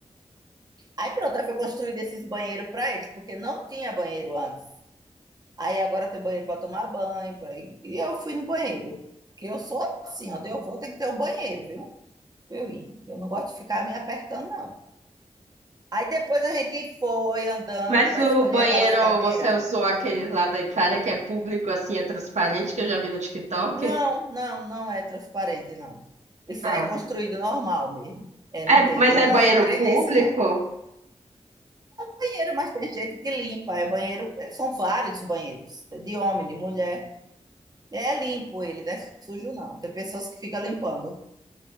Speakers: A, on the right; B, on the right.
A: Aí pronto, aí foi construído esses banheiros para eles, porque não tinha banheiro antes. Aí agora tem banheiro para tomar banho, pra... ir- e eu fui no banheiro. Porque eu sou assim, onde eu vou tem que ter um banheiro, viu? pra eu ir. Eu não gosto de ficar me apertando, não. Aí depois a gente foi andando
B: Mas
A: para
B: o
A: escolher
B: banheiro,
A: aquelas cadeiras.
B: você usou aquele lá da Itália que é público, assim, é transparente, que eu já vi no TikTok?
A: Não, não, não é transparente, não. Isso
B: Ah.
A: aí é construído normal mesmo. É,
B: É,
A: não tem,
B: mas
A: não,
B: é banheiro
A: não entrei
B: público?
A: nesse, não. Banheiro, mas tem gente que limpa. É banheiro, é, são vários banheiros, de homem, de mulher. É limpo ele, não é sujo, não. Tem pessoas que ficam limpando.